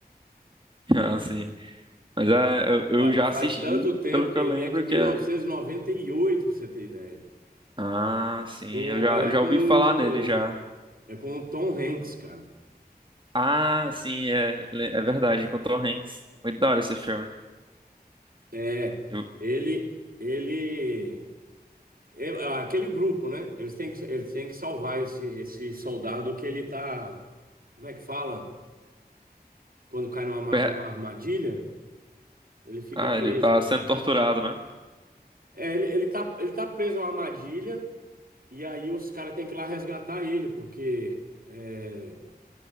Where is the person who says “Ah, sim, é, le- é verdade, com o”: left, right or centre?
Right